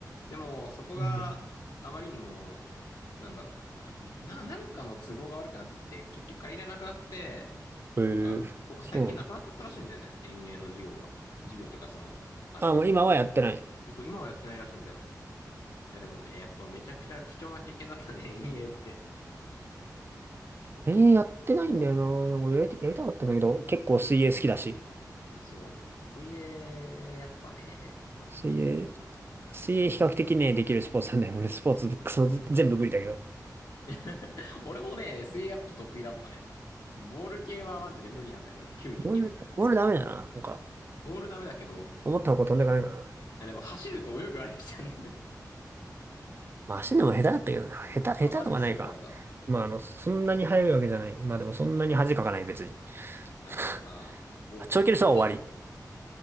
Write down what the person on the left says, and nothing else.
でも、そこがあまりにも
なんだろう。な、な、なんかの都合が悪くなっちゃって、結局借りれなくなって、
なんか、こ最近なくなっちゃったらしいんだよね。
園芸の授業が。授業というか、その、あれが。
そう、今はやってないらしいんだよ。いや、でもね、やっぱめちゃくちゃ貴重な経験だったね、<laughs> 園芸って。
いやそう。水泳、やっぱね、懐かし
い。<laughs> 俺もね、水泳やっぱ得意だったね。ボール系はマジで無理なんだけどさ、球技系の。
そう。
ボールダメだけど、
いやでも走ると泳ぐはできちゃうんだよ。
<laughs>
あ、
マジでそうなんだ。
あ、でもさ、
こう、
遠泳、